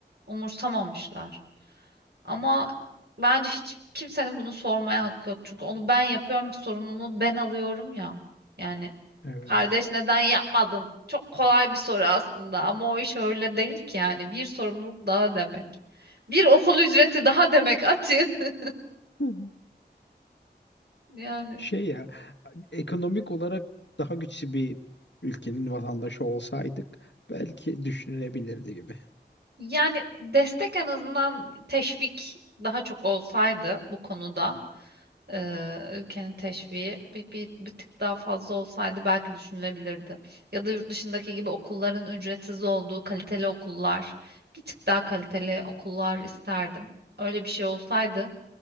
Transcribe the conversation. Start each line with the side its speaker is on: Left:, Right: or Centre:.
Right: umursamamışlar. Ama bence hiç kimsenin bunu sormaya hakkı yok. Çünkü onu ben yapıyorum, sorumluluğu ben alıyorum ya. Yani
Left: <laughs> Evet.
Right: kardeş neden yapmadın? Çok kolay bir soru aslında ama o iş öyle değil ki yani. Bir sorumluluk daha demek. Bir okul ücreti daha demek Atin. <laughs>
Left: <laughs>
Right: Yani
Left: Şey ya ekonomik olarak daha güçlü bir ülkenin vatandaşı olsaydık belki düşünülebilirdi gibi.
Right: Yani destek en azından teşvik daha çok olsaydı bu konuda eee, ülkenin teşviği bir, bir, bir tık daha fazla olsaydı belki düşünülebilirdi. Ya da yurt dışındaki gibi okulların ücretsiz olduğu kaliteli okullar, bir tık daha kaliteli okullar isterdim. Öyle bir şey olsaydı